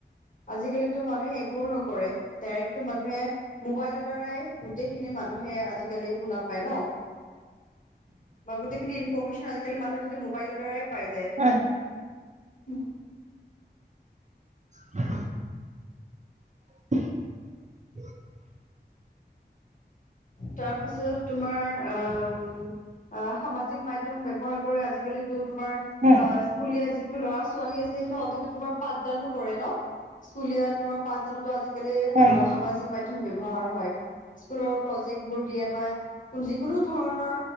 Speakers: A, on the left; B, on the right.
A: আজিকালিটো মানুহে এইবোৰো নকৰে ডাইৰেক্টটো মানুহে মোবাইলৰ দ্বাৰাই গোটেইখিনি মানুহে হে আজিকালি শুনা পায় ন। বা গোটেইখিনি ইনফৰৰ্মেশ্যন আজিকালি মানুহে গোটেই মোবাইলৰ দ্বাৰাই পাই যায়।
B: হয়
A: উম।
B: হয় <unintelligible> <unintelligible>
A: তাৰ পাছত তোমাৰ অ সামাজিক মধ্য এ ব্যৱহাৰ কৰে আজিকালি তুমাৰ অ
B: হয়
A: স্কুলীয়া যিটো ল'ৰা ছোৱা ছোৱালী আছে সিহতেতো তোমাৰ পাঠদানো কৰে ন, স্কুলীয়া তোমাৰ পঠদানতো আজি আজিকালি
B: হয়
A: অ সামাজিক মাধ্যম ব্যৱহাৰ হয়। স্কুলৰ প্ৰজেক্টবোৰ দিয়ে বা যিকোনো ধৰণৰ